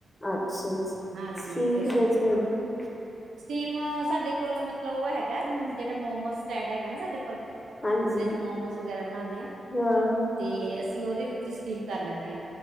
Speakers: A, on the left (about 15°); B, on the right (about 90°).
A: ਅੱਛਾ ਅੱਛਾ।
B: ਹਾਂਜੀ,
A: ਸੀਮ
B: ਫਿਰ
A: ਕਿਦੇ ਚ
B: ਸਟੀਮ ਸਾਡੇ ਕੋਲ, ਮਤਲਬ ਉਹ ਹੈਗਾ ਜਿਹੜੇ ਮੋਮੋ ਸਟੈਂਡ ਹੈਗਾ ਨਾ, ਸਾਡੇ ਕੋਲ
A: ਹਾਂਜੀ
B: ਜਿਹਦੇ ਚ, ਮੋਮੋਸ ਵਗੈਰਾ ਬਣਾਉਦੇ ਆਾਂ,
A: ਹਾਂ ਹਾਂ।
B: ਤੇ ਅਸੀਂ ਉਹਦੇ ਵਿੱਚ ਹੀ ਸਟੀਮ, ਕਰ ਲੈਦੇ ਹਾਂ।